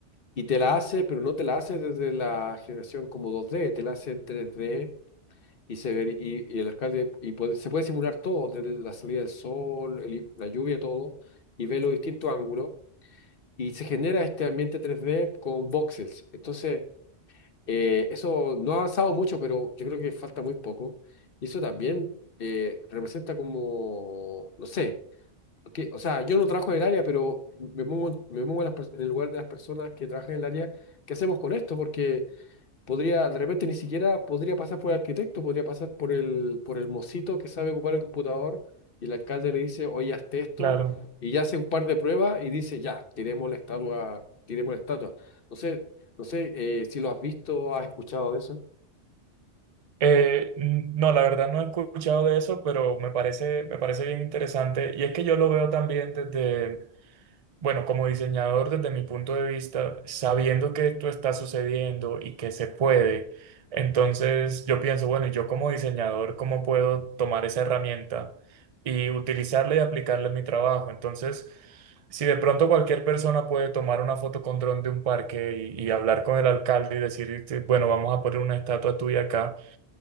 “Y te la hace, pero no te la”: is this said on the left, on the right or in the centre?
Left